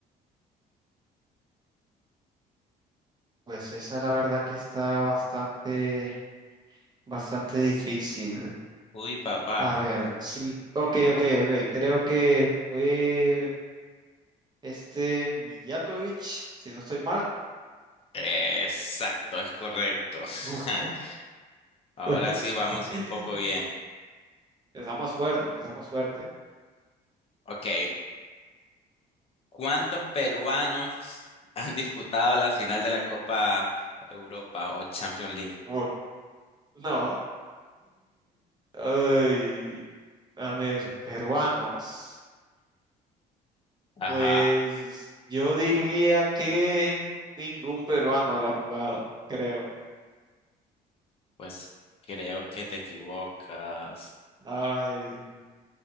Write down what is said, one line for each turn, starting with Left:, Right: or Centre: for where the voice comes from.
Right: Pues esa la verdad que está bastante, bastante difícil.
Left: Uy, papá.
Right: A ver, sí, ok, ok, ok. Creo que fue este Mijatovic, si no estoy mal.
Left: Exacto, es correcto. <laughs>
Right: Uf.
Left: Ahora
Right: <laughs>
Left: sí vamos un poco bien.
Right: Empezamos fuerte, empezamos fuerte.
Left: Ok. ¿Cuántos peruanos han disputado la final de la Copa Europa o Champions League?
Right: Uf, No. Ay, a ver, peruanos.
Left: Ajá,
Right: Pues yo diría que ningún peruano la ha jugado, creo.
Left: pues creo que te equivocas,
Right: Ay.